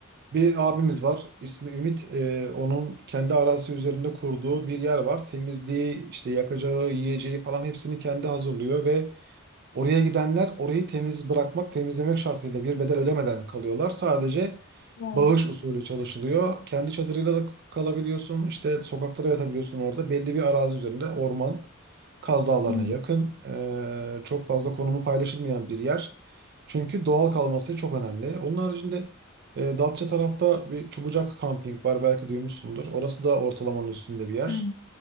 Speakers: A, on the right; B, on the left.
A: Bir abimiz var. ismi Ümit. Ee, onun kendi arazisi üzerinde kurduğu bir yer var. Temizliği, işte yakacağı, yiyeceği falan hepsini kendi hazırlıyor ve oraya gidenler orayı temiz bırakmak, temizlemek şartıyla bir bedel ödemeden kalıyorlar. Sadece
B: Oo.
A: bağış usulü çalışılıyor. Kendi çadırıyla da kalabiliyorsun. işte sokakta da yatabiliyorsun orada. Belli bir arazi üzerinde orman, Kaz Dağları'na
B: Hmm,
A: yakın. Ee, çok fazla konumu paylaşılmayan bir yer. Çünkü doğal kalması çok önemli. Onun haricinde e, Datça tarafta bir Çubucak Camping var belki duymuşsundur. Orası da ortalamanın üstünde bir yer.
B: hmm.